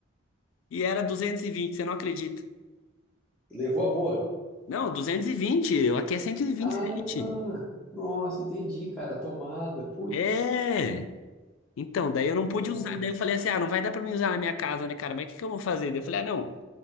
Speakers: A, on the left; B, in the centre.
A: e era 220, você não acredita.
B: levou a boa.
A: Não, 220. eu- aqui é cento e e vinte
B: Ah,
A: e sete.
B: nossa, entendi, cara, tomada, putz.
A: É. Então, daí eu não pude
B: Nossa,
A: usar. Daí eu falei assim: ah, não vai dar pra mim usar na minha casa, né, cara? Mas o que que eu vou fazer? Daí eu falei: ah, não.